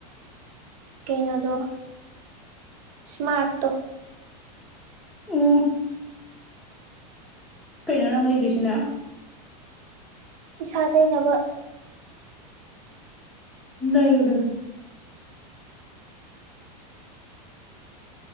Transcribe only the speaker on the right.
ꯀꯧꯅꫭꯗꫭ ꯏꯁꯃꯥꯔꯠ ꯇꫭ
ꯏꯁꯥ ꯇꯩꯅꯕ